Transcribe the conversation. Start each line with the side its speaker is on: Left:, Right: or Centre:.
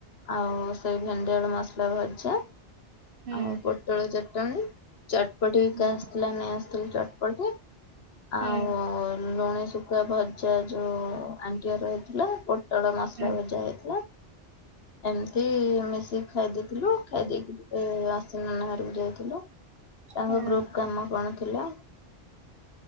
Left: ଆଉ ସେଇ ଭେଣ୍ଡି ଆଳୁ ମସଲା ଭଜା।
Right: ହୁଁ
Left: ଆଉ ପୋଟଳ ଚଟଣୀ, ଚଟପଟିବିକା
Right: ହୁଁ
Left: ଆସି ପିଲା ନେଇ ଆସିଥି କ୍ଷେ ଚଟପଟି
Right: ହୁଁ
Left: ଆଉ ଲୁଣି ଶୁ କୁ ଆ ଭଜା ଯୋଉ ଆଣ୍ଟିହର ହେଇଥିଲା ପୋଟଳ ମସଲା
Right: ହୁଁ
Left: ଭଜା ହେଇଥିଲା। ଏମିତି ମିଶିକି ଖାଇ ଦେଇଥିଲୁ ଖାଇ ଦେଇକି ଆସୁନନା ଘରକୁ ଯାଇ ଥିଲୁ, ତାଙ୍କ
Right: ହଁ
Left: ଗ୍ରୁପ୍ କାମ କଣ ଥିଲା।